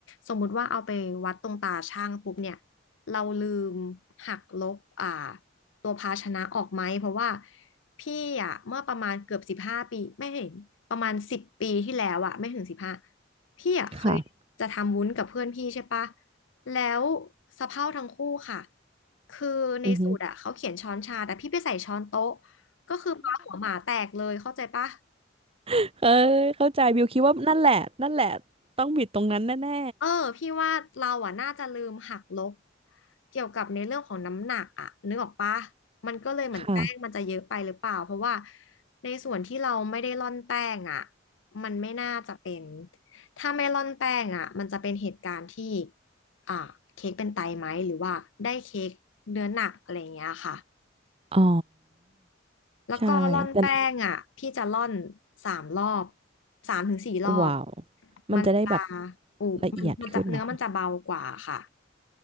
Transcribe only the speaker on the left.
สมมุติว่าเอาไปวัดตรงตาช่างปุ๊บเนี่ยเราลืมหักลบอ่าตัวภาชนะออกไหมเพราะว่า พี่อะเมื่อประมาณเกือบสิบห้าปีไม่เห็นประมาณสิบปีที่แล้วอะไม่ถึงสิบห้าพี่อะเคยจะทำวุ้นกับเพื่อนพี่ใช่ปะ
แล้วสะเพร่าทั้งคู่ค่ะคือในสูตรอะเขาเขียนช้อนชาแต่พี่ไปใส่ช้อนโต๊ะ
ก็คือปลาหัวหมาแตกเลยเข้าใจปะ
เออพี่ว่าเราอ่ะน่าจะลืมหักลบเกี่ยวกับในเรื่องของน้ำหนักอ่ะนึกออกปะมันก็เลยเหมือนแป้งมันจะเยอะไปหรือเปล่าเพราะว่า
ในส่วนที่เราไม่ได้ร่อนแป้งอ่ะมันไม่น่าจะเป็นถ้าไม่ร่อนแป้งอ่ะมันจะเป็นเหตุการณ์ที่อ่าเค้กเป็นไตไหมหรือว่าได้เค้กเนื้อหนักอะไรอย่างเงี้ยค่ะ
แล้วก็ร่อนแป้งอ่ะพี่จะร่อน
สามรอบสามถึงสี่รอบ
มันจะอูมันมันจะเนื้อมันจะเบากว่าค่ะ